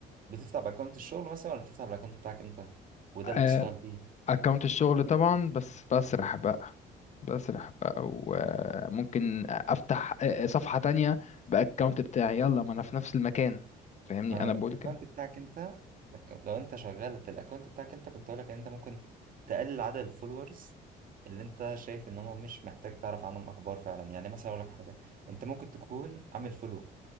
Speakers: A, on the right; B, on the left.
A: بتفتح باكونت الشغل مثلا ولا بتفتح بالاكونت بتاعك انت وده
B: آه،
A: اللي بتشتغل بيه
B: اكونت الشغل طبعا بس بسرح بقى بسرح بقى وممكن افتح آه، صفحه تانية باكونت بتاعي يلا ما انا في نفس المكان فاهمني
A: ما
B: انا
A: انا لو
B: بقول
A: الاكونت
B: كده
A: بتاعك انت لك- لو انت شغال بالاكونت بتاعك انت كنت اقول لك ان انت ممكن تقلل عدد الفولورز اللي انت شايف ان هم مش محتاج تعرف عنهم اخبار فعلا يعني مثلا اقول لك حاجه انت ممكن تكون عامل فولو